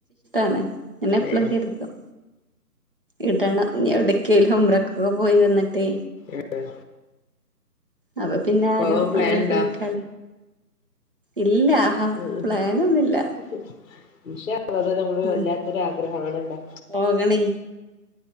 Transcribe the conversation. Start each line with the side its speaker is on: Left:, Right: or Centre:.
Right: ആണ് എന്നെ എപ്പളും
Left: ഏഹ്
Right: കരുതും. ഇടണം ഇനി എവിടേക്കലുംഉംറ ക്കൊക്കെ പോയി വന്നിട്ടേ.
Left: ഏഹ്.
Right: അപ്പൊ പിന്നെ ആരും
Left: പോവാൻ പ്ലാൻ
Right: അങ്ങനെ
Left: ഇണ്ടാ
Right: ചോയ്ക്കാല ഇല്ല.. ആഹാ
Left: ഉം
Right: പ്ലാനൊന്നുല്ല
Left: ഉം ഇൻശാ അല്ലാഹ് അത് നമ്മള്
Right: ഉം
Left: വല്ലാത്തൊരു ആഗ്രഹാണല്ലോ.
Right: പോകണേ..